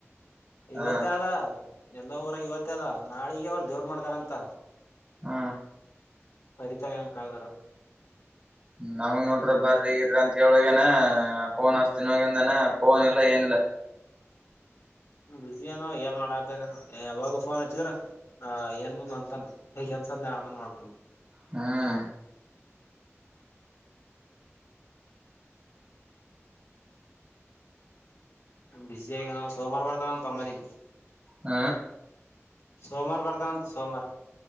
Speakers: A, on the left (about 75°); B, on the right (about 20°).
A: ಇವತ್ತದ
B: ಹ
A: ಎಲ್ಲ ಊರ ಇವತ್ತ ಅದ ನಾಳಿಗೆ ಅವರು ದೇವ್ರ ಮಾಡ್ದಾರಂತ
B: ಹ್ಮ
A: ಸರಿತನ ಕಲ್ದರ
B: ನಮಗ್ ನೋಡ್ರಿ ಬರಗ್ರಿ ಅಂತ ಹೇಳುವಗನ ೋನ್ ಹಸ್ತನ್ಗಂದನ ನಿಲ್ಲ ಏನಲ್ಲ
A: ಬಿಸ ಏನ ಏನ್ ಮಾಡತ ಯಾವಾಗ ಫೋನ್ ಹಚ್ಚಿದ್ರ ಏನ್ ಅಂತಾನ ಹ ಲ್ಲಾಮನ ಮಾಡು
B: ಹ್ಮ್
A: ಬಿಸಿ ಆಗ ನ ಸೋಮವಾರ ಬಾರತ ನ ತೊಂಬಿಗೆ
B: ಹ
A: ಸೋಮವಾರ ಬರ್ತಂತ ಸೋಮವಾರ